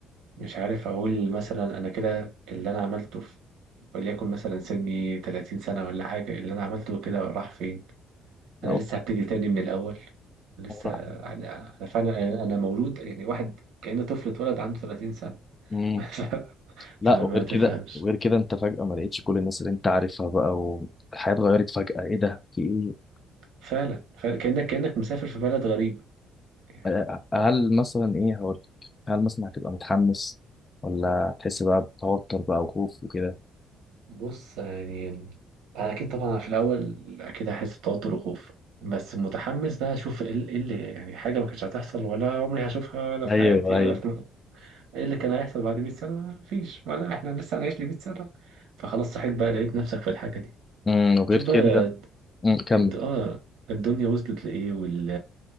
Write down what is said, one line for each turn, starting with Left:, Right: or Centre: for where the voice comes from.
Right: مش عارف اقول مثلا انا كده اللي انا عملته في وليكن مثلا سني 30 سنة ولا حاجة اللي انا عملته كده راح فين
Left: لا
Right: انا لسه هبتدي تاني من الاول لسه
Left: والله راح.
Right: انا أنا فعلا انا مولود يعني واحد كأنه طفل اتولد عنده 30 سنة
Left: مم.
Right: <laughs> ف-
Left: لا
Right: فما
Left: وغير كده
Right: تفهمش
Left: وغير كده انت فجأة ما لقيتش كل الناس اللي انت عارفها بقى والحياة اتغيرت فجأة ايه ده في ايه
Right: فعلا, فعلا كأنك كأنك مسافر في بلد غريب يعني
Left: اه، آه، هل مثلا ايه هقول لك هل مثلا هتبقى متحمس ولا تحس بقى بتوتر بقى وخوف وكده
Right: بص يعني انا اكيد طبعا في الاول اكيد هحس بتوتر وخوف بس متحمس بقى اشوف ايه ال- إيه اللي يعني حاجه ما كانتش هتحصل ولا عمري هشوفها ولا في
Left: ايوه
Right: حياتي ولا
Left: ايوه
Right: في ايه اللي كان هيحصل بعد 100 سنه مفيش ولا احنا لسه هنعيش ل 100 سنه فخلاص صحيت بقى لقيت نفسك في الحاجه دي
Left: امم وغير
Right: شوف بقى
Left: كده امم كمل
Right: الد... اه الدنيا وصلت لايه وال...